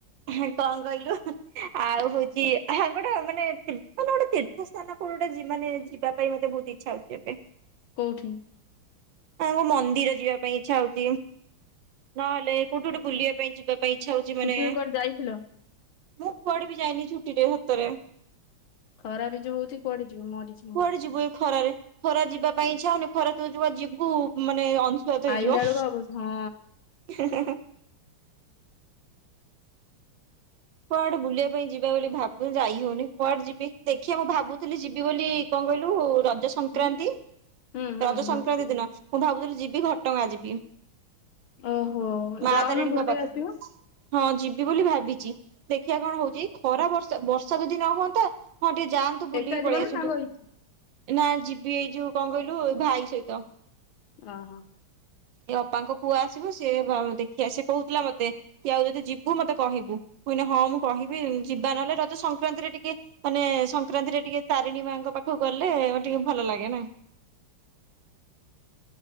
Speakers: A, on the right; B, on the left.
A: ହଁ କଣ କହିଲୁ ଆଉ ହଉଛି ହଁ ଗୋଟେ ମାନେ ତୀର୍ଥଲ ଗୋଟେ ତୀର୍ଥ ସ୍ଥାନ କୋଉଠି ଗୋଟେ ମାନେ ଯିବା ପାଇଁ ମତେ ବହୁତ ଇଚ୍ଛା ହଉଛି ଏବେ? <inaudible>
B: କୋଉଠି?
A: କୋଉ କୋଉ ମନ୍ଦିର ଯିବା ପାଇଁ ଇଚ୍ଛା ହଉଚି ନହେଲେ କୋଉଠି ଗୋଟେ ବୁଲିବା ପାଇଁ ଯିବା ପାଇଁ ଇଚ୍ଛା ହଉଛି ମାନେ
B: ଛୁଟିରେ କୁଆଡେ ଯାଇଥିଲ?
A: ମୁଁ କୁଆଡେ ବି ଯାଇନି ଛୁଟି ରେ ହତରେ
B: ଖରା ବି ଯୋଉ ହଉଚି କୁଆଡେ ଯିବୁ ମରିଯିବୁ।
A: କୁଆଡେ ଯିବୁ ଏଇ ଖରାରେ ଖରା ଯିବା ପାଇଁ ଇଚ୍ଛା ହଉନି ଖରା ତଉ ଯିବୁ ମାନେ ଅଂଶୁଘାତ
B: ଆଇଲା
A: ହେଇଯିବ
B: ବେଳକୁ ଅବସ୍ ହଁ
A: ହୁଁ ହୁଁ ହୁଁ। କୁଆଡେ ବୁଲିବା ପାଇଁ ଯିବା ବୋଲି ଭାବ ଯାଇ ହଉନି କୁଆଡେ ଯିବି ଦେଖିଆ ମୁଁ ଭାବୁଥିଲି ଯିବି ବୋଲି କଁ କହିଲୁ ରଜ ସଂକ୍ରାନ୍ତି
B: ହୁଁ ହୁଁ ହୁଁ
A: ରଜ
B: ହୁଁ
A: ସଂକ୍ରାନ୍ତି ଦିନ ମୁଁ ଭାବୁଥିଲି ଯିବି ଘଟଗାଁ ଯିବି।
B: ଓହୋ
A: ମା
B: ଯାଉନ
A: ତାରିଣୀଙ୍କ
B: ବୁଲି
A: ପାଖକୁ
B: ଆସିବ
A: ହଁ ଯିବି ବୋଲି ଭାବିଚି ଦେଖିଆ କଣ ହଉଚି ଖରା ବର୍ଷ ବର୍ଷା ଯଦି ନ ହୁଅନ୍ତା ହଁ ଟିକେ ଯାଆନ୍ତୁ ବୁଲିକି
B: ଏକା ଯିବ
A: ପଳେଇ
B: ନା
A: ଆସନ୍ତୁ।
B: ସାଙ୍ଗ ହେଇକି
A: ନା ଯିବି ଏଇ ଯୋଉ କଁ କହିଲୁ ଭାଇ ସହିତ
B: ଓହୋ।
A: ଏ ଅପାଙ୍କ ପୁଅ ଆସିବ ସେ ବା ଦେଖିଆ ସେ କହୁଥିଲା ମତେ କି ଆଉ ଯଦି ଯିବୁ ମତେ କହିବୁ ମୁଁ କହିନି ହଁ ମୁଁ କହିବି ଯିବା ନହେଲେ ରଜ ସଂକ୍ରାନ୍ତିରେ ଟିକେ ମାନେ ସଂକ୍ରାନ୍ତିରେ ଟିକେ ତାରିଣୀ ମାଙ୍କ ପାଖକୁ ଗଲେ ଅ ଟିକେ ଭଲ ଲାଗେ ନା?